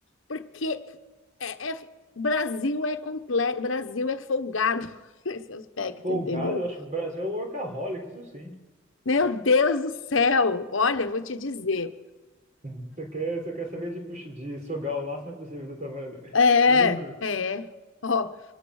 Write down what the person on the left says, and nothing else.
porque é, é- Brasil é complexo, Brasil é folgado <laughs> nesse aspecto,
entendeu?
Meu Deus do céu! Olha, vou te dizer.
É,
é. Ó,